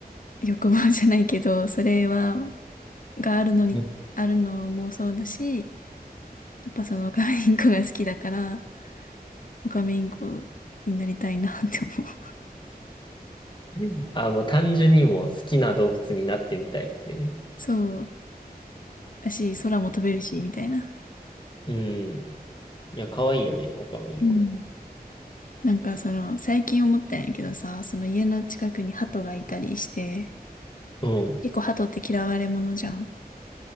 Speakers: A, on the left; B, on the left.
A: 欲望じゃないけど、それはがあるのに、
B: うん。
A: あるのもそうだし、やっぱそのオカメインコが好きだから、オカメインコになりたいなって思う。
B: <laughs> あ、もう単純にもう好きな動物になってみたいっていうね。
A: そうだし、空も飛べるし、みたいな。
B: うん。いや、可愛いよね、オカメインコ。
A: うん。なんかその、最近思ったんやけどさ、その家の近くに鳩がいたりして、
B: うん。
A: 結構鳩って嫌われ者じゃん。